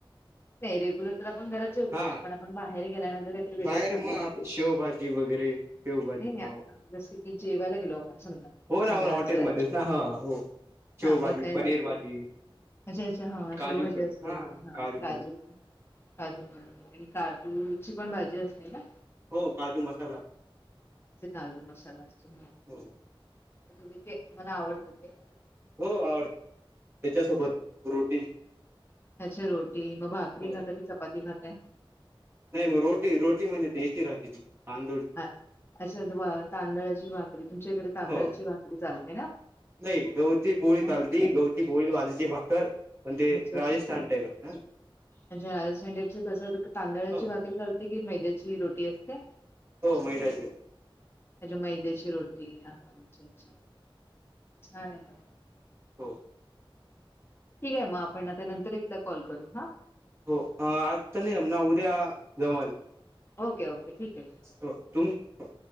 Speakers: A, on the left (about 25°); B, on the right (about 30°).
A: नाही रेगुलर तर आपण घरात जेवतोच,
B: हा
A: पण आपण बाहेर गेल्यानंतर काहीतरी वेगळं
B: बाहेर
A: खातो
B: मग आप
A: ना?
B: शेवभाजी वगैरे शेवभाजी
A: नाही,
B: पाव
A: जसे की जेवायला गेलो समजा,
B: हो ना
A: संध्याकाळच
B: हो ना हॉटेलमध्येच
A: रात्रीचं
B: ना हा हो शेवभाजी
A: हा मग काय?
B: पनीर भाजी
A: अच्छा, अच्छा हा
B: काजू
A: शेवभाजी
B: हा
A: असते. हा. काजू,
B: पनीर
A: काजू पनीर आणि काजूचीपण भाजी असते ना?
B: हो, काजू मसाला.
A: जे कालू मसाला असतो
B: हो
A: तुम्ही ते, तुम्हाला आवडतं ते?
B: हो आवडत त्याच्यासोबत रोटी.
A: अच्छा रोटी, मग भाकरी
B: हो
A: खाता की चपाती खाताय?
B: नाही मग रोटी, रोटी म्हणजे देशी राहतेय ती. तांदूळ
A: अ अशीच म तांदळची भाकरी, तुमच्या इकडे तांदळची
B: हो
A: भाकरी चालते ना.
B: नाही गहुची पोळी
A: हा,
B: चालते, गहुची पोळी बाजरीची भा कर म्हणजे
A: अच्छा
B: राजस्थान
A: अच्छा
B: टाईप, हं.
A: अच्छा, <unintelligible> तांदळाची
B: हो
A: भााकरी करते की, मैद्याची रोटी असत्या?
B: हो, मैद्याचीच.
A: म्हजे मैद्याची रोटी, हा हा अच्छा अच्छा, छान आहे.
B: ह.
A: ठीक आहे मग, आपण आता नंतर एकदा कॉल करू हां.
B: हो, अं आज तर नाही जमणार, उद्या जमल.
A: Okay, okay. ठीक आहे ठीक आहे.
B: हो, तुम्ही